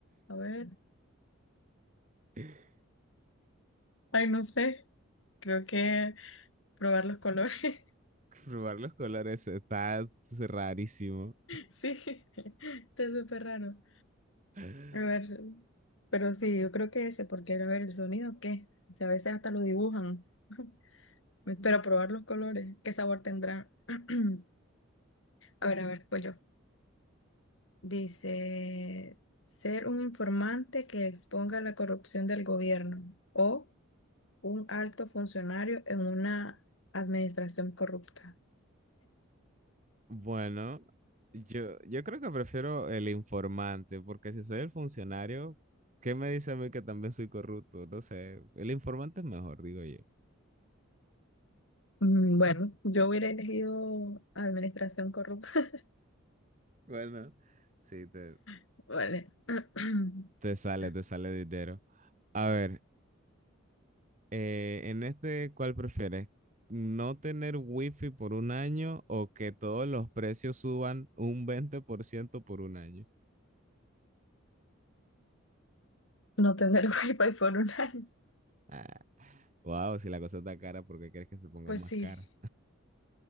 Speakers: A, on the left; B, on the right.
A: A ver.
B: <laughs>
A: Ay, no sé. Creo que probar los colores.
B: Probar los colores está rarísimo.
A: Sí, <laughs> está súper raro.
B: <laughs>
A: A ver, pero sí, yo creo que ese, porque a ver, el sonido, ¿qué? O sea, a veces hasta lo dibujan. <laughs> Pero probar los colores, ¿qué sabor tendrá? <clears throat> A ver, a ver, pues yo. Dice, ser un informante que exponga la corrupción del gobierno o un alto funcionario en una administración corrupta.
B: Bueno, yo, yo creo que prefiero el informante, porque si soy el funcionario, ¿qué me dice a mí que también soy corrupto? No sé, el informante es mejor, digo yo.
A: Mm, Bueno, yo hubiera elegido administración corrupta.
B: Bueno, Sí, te,
A: <laughs> Vale. <clears throat>
B: te sale,
A: O sea,
B: te sale dinero. A ver, eh, en este, ¿cuál prefieres? ¿No tener wifi por un año o que todos los precios suban un 20% por ciento por un año?
A: No tener <laughs> wifi por un año.
B: Ah, wow, si la cosa está cara, ¿por qué quieres que se ponga
A: Pues
B: más
A: sí.
B: cara?